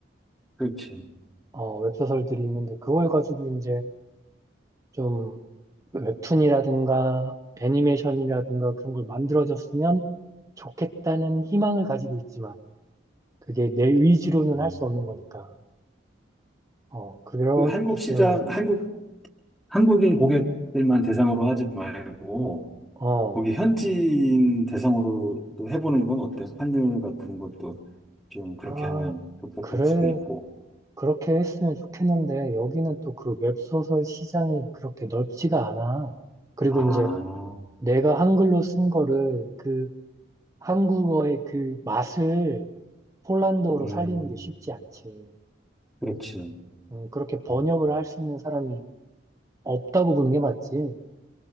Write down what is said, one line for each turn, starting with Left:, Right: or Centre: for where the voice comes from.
Centre: 그렇지.
Right: 어, 웹소설들이 있는데 그걸 가지고 이제 좀 웹툰이라든가 애니메이션이라든가 그런 걸 만들어졌으면 좋겠다는 희망을 가지고 있지만 그게 내 의지로는
Centre: 음.
Right: 할 수 없는 거니까. 어, 그렇기
Centre: 그 한국 시장,
Right: 때문에,
Centre: 한국, 한국인 고객들만 대상으로 하지 말고,
Right: 어,
Centre: 거기 현지인 대상으로도 해보는 건 어때요? 환율 같은 것도 좀 그렇게
Right: 아,
Centre: 하면 복잡할
Right: 그래,
Centre: 수도 있고.
Right: 그렇게 했으면 좋겠는데, 여기는 또 그 웹소설 시장이 그렇게 넓지가 않아. 그리고
Centre: 아,
Right: 이제 내가 한글로 쓴 거를 그 한국어의 그 맛을 폴란드어로
Centre: 음,
Right: 살리는 게 쉽지 않지.
Centre: 그렇지.
Right: 음, 그렇게 번역을
Centre: 음,
Right: 할 수 있는 사람이 없다고 보는 게 맞지.